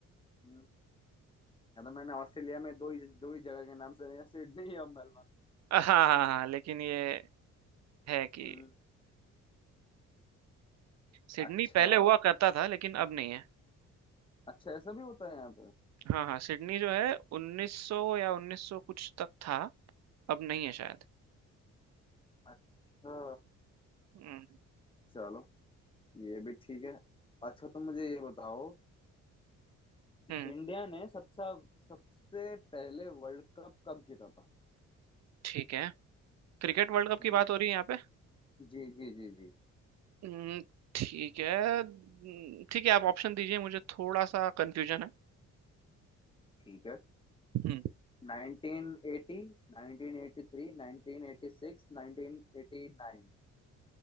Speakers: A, on the left; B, on the right.
A: हम्म, या तो मैंने ऑस्ट्रेलिया में दो ही दो ही जगह के नाम सुने हैं, सिडनी या मेलबर्न
B: हाँ हाँ हाँ लेकिन ये है कि
A: हम्म
B: सिडनी
A: अच्छा
B: पहले हुआ करता था लेकिन अब नहीं है
A: अच्छा ऐसा भी होता है यहाँ पे
B: हाँ हाँ सिडनी जो है 1900 या 1900 कुछ तक था अब नहीं है शायद
A: अच्छा
B: हम्म
A: चलो ये भी ठीक है अच्छा तुम मुझे ये बताओ कि
B: हम्म,
A: इंडिया ने सबसे सबसे पहले वर्ल्ड कप कब जीता था
B: ठीक है क्रिकेट वर्ल्ड कप की
A: हम्म
B: बात हो रही है यहाँ पे
A: जी जी जी जी
B: हम्म, ठीक है हम्म, ठीक है आप ऑप्शन दीजिए मुझे थोड़ा सा कंफ्यूजन है
A: ठीक है
B: हम्म
A: 1980 1983 1986 1989